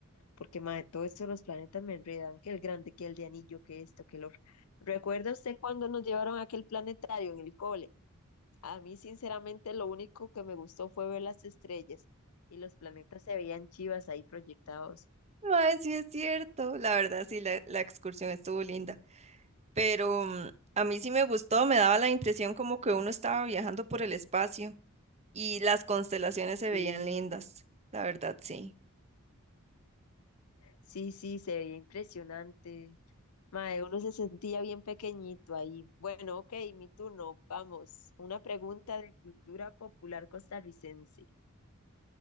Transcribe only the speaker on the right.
Mae, sí es cierto. La verdad, sí, la, la excursión estuvo linda. pero mm, a mí sí me gustó, me daba la impresión como que uno estaba viajando por el espacio y las constelaciones se veían
lindas, la verdad sí.